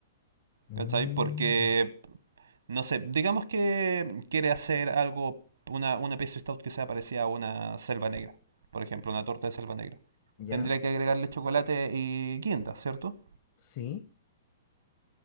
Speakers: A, on the left (about 50°); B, on the right (about 85°).
A: Mm,
B: ¿Cachai? Porque No sé, digamos que quiere hacer algo, una, una pieza stout que sea parecida a una selva negra, por ejemplo, una torta de selva negra.
A: ya,
B: Tendría que agregarle chocolate y quinta, ¿cierto?
A: sí,